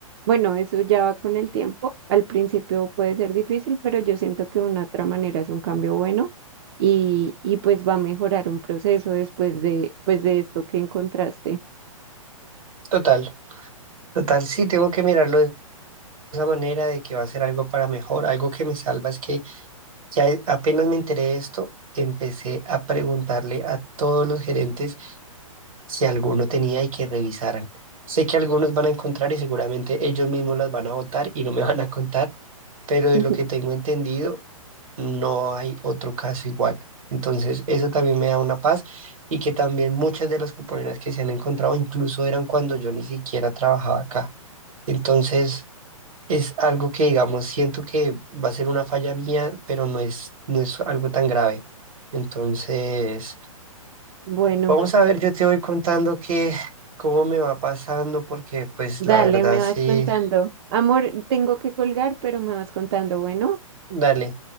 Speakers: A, on the right; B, on the right.
A: Bueno, eso ya va con el tiempo. Al principio puede ser difícil, pero yo siento que de una otra manera es un cambio bueno y, y pues va a mejorar un proceso después de, pues de esto que encontraste.
B: Total, total, sí, tengo que mirarlo de esa manera de que va a ser algo para mejor. Algo que me salva es que Ya e- apenas me enteré de esto, empecé a preguntarle a todos los gerentes si alguno tenía y que revisaran. Sé que algunos van a encontrar y seguramente ellos mismos las van a votar y no me <laughs> van a contar, pero de
A: <laughs>
B: lo que tengo entendido, no hay otro caso igual. Entonces, eso también me da una paz y que también muchas de las cuponeras que se han encontrado incluso eran cuando yo ni siquiera trabajaba acá. Entonces, es algo que, digamos, siento que va a ser una falla mía, pero no es, no es algo tan grave. Entonces,
A: Bueno,
B: vamos a ver, yo te voy contando que cómo me va pasando, porque pues
A: dale,
B: la verdad
A: me
B: sí,
A: vas contando. Amor, tengo que colgar, pero me vas contando, bueno.
B: dale.